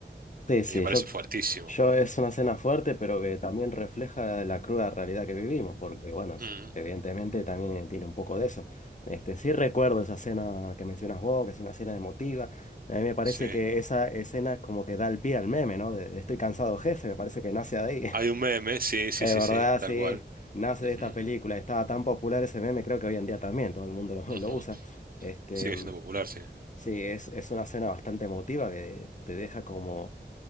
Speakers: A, on the left; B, on the right.
A: Sí, sí,
B: Y me parece
A: yo,
B: fuertísimo.
A: yo es una cena fuerte, pero que también refleja la cruda realidad que vivimos, porque bueno, s-
B: Mm,
A: evidentemente también eh, tiene un poco de eso. Este, sí recuerdo esa cena que mencionas vos, que es una cena emotiva. A mí me parece
B: sí.
A: que esa escena como que da el pie al meme, ¿no? De, de estoy cansado, jefe, me parece que nace de ahí. <laughs>
B: Hay un meme, sí, sí,
A: Es
B: sí,
A: verdad,
B: sí, tal
A: sí,
B: cual.
A: nace
B: Ujú,
A: de esta película. Estaba tan popular ese meme, creo que hoy en día también todo el mundo lo,
B: ujú.
A: <laughs> lo usa. Este,
B: Sigue siendo popular, sí.
A: sí, es, es una escena bastante emotiva que te deja como